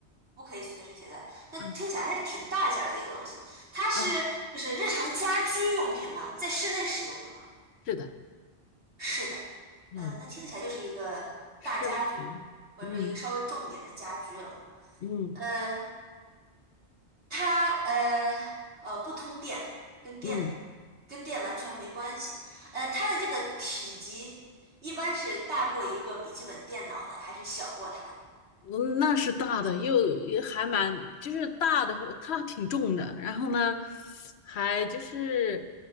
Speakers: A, on the right; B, on the left.
A: 不可以随身携带。那听起来还是挺大件儿的一个东西。
B: 嗯
A: 它是就是日常家居用品吗？
B: 嗯，
A: 在室内使用的吗？
B: 是的，
A: 是的，
B: 嗯，
A: 嗯，那听起来就是一个大家居，
B: 是类型，
A: 或者是一个稍微重一点的家居了。
B: 嗯嗯
A: 呃，它呃呃不通电，跟电
B: 嗯，
A: 跟电完全没关系。呃，它的这个体积一般是大过一个笔记本电脑的，还是小过它的？
B: 嗯那是大的，又也还蛮，就是大的话，它挺重的，然后呢，还就是